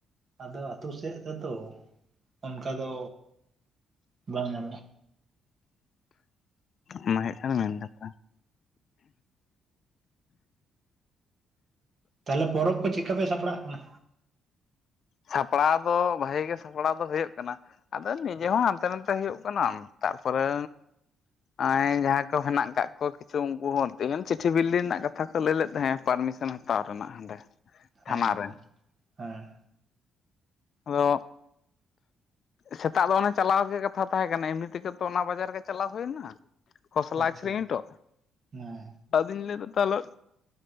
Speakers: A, on the right; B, on the left.
A: ᱟᱫᱚ ᱟᱛᱳ ᱥᱮᱫ ᱨᱮᱛᱚ ᱚᱱᱠᱟ ᱫᱚ ᱵᱟᱝ ᱧᱟᱢᱚᱜ-ᱟ᱾
B: ᱚᱱᱟ ᱦᱩᱭᱩᱜ ᱠᱷᱟᱱ ᱢᱮᱱ ᱠᱟᱛᱷᱟ᱾
A: ᱛᱟᱦᱞᱮ ᱯᱚᱨᱚᱵᱽ ᱠᱚ ᱪᱮᱫᱠᱟ ᱯᱮ ᱥᱟᱯᱲᱟᱜ ᱠᱟᱱᱟ?
B: ᱥᱟᱯᱲᱟᱣ ᱫᱚ ᱵᱷᱟᱜᱤ ᱜᱮ ᱥᱟᱯᱲᱟᱣ ᱫᱚ ᱦᱩᱭᱩᱜ ᱠᱟᱱᱟ᱾ ᱟᱫᱚ ᱱᱤᱡᱮ ᱦᱚᱸ ᱦᱟᱱᱛᱮ ᱱᱟᱛᱮ ᱦᱩᱭᱩᱜ ᱠᱟᱱᱟ ᱛᱟᱨᱯᱚᱨᱮ ᱟᱸᱭ ᱡᱟᱦᱟᱸᱭ ᱠᱚ ᱦᱮᱱᱟᱜ ᱠᱟᱜ ᱠᱚ ᱠᱤᱪᱷᱩ ᱩᱝᱠᱩ ᱦᱚᱸ ᱛᱤᱦᱤᱧ ᱪᱤᱴᱷᱤ ᱵᱤᱞᱤ ᱨᱮᱱᱟᱜ ᱠᱟᱛᱷᱟ ᱠᱚ ᱞᱟᱹᱭ ᱞᱮᱫ ᱛᱟᱦᱮᱸ ᱯᱟᱨᱢᱤ ᱥᱮᱱ ᱦᱟᱛᱟᱣ ᱨᱮᱱᱟᱜ ᱦᱟᱸᱰᱮ᱾ ᱛᱷᱟᱱᱟ
A: ᱦᱮᱸ
B: ᱨᱮ
A: <unintelligible> ᱦᱮᱸ᱾
B: ᱟᱫᱚ ᱥᱮᱛᱟᱜ ᱫᱚ ᱚᱱᱮ ᱪᱟᱞᱟᱣ ᱜᱮ ᱠᱟᱛᱷᱟ ᱛᱟᱦᱮᱸ ᱠᱟᱱᱟ ᱮᱢᱱᱤ ᱛᱮᱜᱮ ᱛᱚ ᱚᱱᱟ ᱵᱟᱡᱟᱨ ᱜᱮ ᱪᱟᱞᱟᱣ ᱦᱩᱭᱱᱟ᱾ ᱠᱷᱚᱥᱞᱟ
A: ᱟᱪᱪᱷᱟ
B: ᱟᱹᱠᱷᱨᱤᱧ ᱦᱚᱴᱚ
A: ᱦᱮᱸ
B: ᱟᱫᱚᱧ ᱞᱟᱹᱭᱫᱟ ᱛᱟᱦᱚᱞᱮ